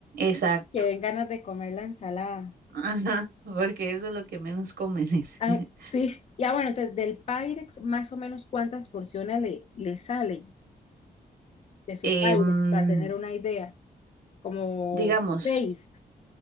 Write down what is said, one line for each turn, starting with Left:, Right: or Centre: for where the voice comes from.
Right: Exacto.
Left: que den ganas de comer la ensalada.
Right: Ajá, porque eso es lo que menos comes. <laughs>
Left: Ah, sí, ya bueno, entonces del Pyrex, más o menos cuántas porciones le, le salen de su
Right: Eh,
Left: Pyrex
Right: mm,
Left: para tener una idea, como
Right: digamos,
Left: seis.